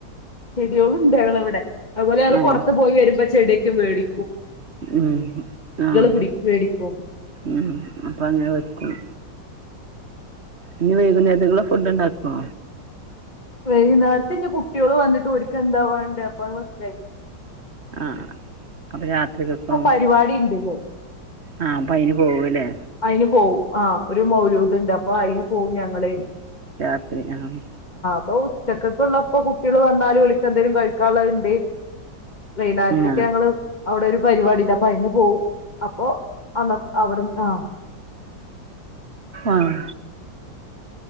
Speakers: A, on the left; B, on the right.
A: ചെടികളും ഉണ്ട് ങ്ങള ഇവിടെ. അതുപോലെള്
B: ആഹ്
A: പുറത്ത് പോയി വരുമ്പം ചെടൊക്ക് മേടി
B: ഉം ആഹ്
A: പിടി മേടിക്കും
B: ഉം അപ്പൊ അങ്ങനെ വെക്കും. ഇനി വൈകുന്നേരത്തേക്കുള്ള ഫുഡ് ഉണ്ടാക്കോ?
A: വൈകുന്നേരത്ത് ഇഞ്ഞി കുട്ടികള് വന്നിട്ട് ഒരിക്ക എന്താവാണ്ട അപ്പ മസ്
B: ആഹ് അപ്പൊ രാത്രികൊക്കും
A: പരിപാടി ഇണ്ട്ന്ന്
B: ആഹ് അപ്പൊ അയിന് പോവല്ലേ?
A: അയിന് പോവും ആ ഒരു മൗലൂദ് ഉണ്ട് അപ്പൊ അതിന് പോകവും ഞങ്ങള്.
B: രാത്രി ആഹ്
A: ഇപ്പൊ ഉച്ചക്കക്ക് ഇള്ളപ്പോ കുട്ടികൾ വന്നാലും വിളിച്ച് എന്തേങ്കലും കഴിക്കാനുള്ളത് ഇണ്ടേ. വൈന്നാര്ത്ത്ക്ക്
B: ആ
A: ഞങ്ങള് അവിടെ ഒരു പരിപാടിക് അപ്പയിന് പോവും അപ്പൊ അന്നത് അവിടൻ ആ
B: ആഹ്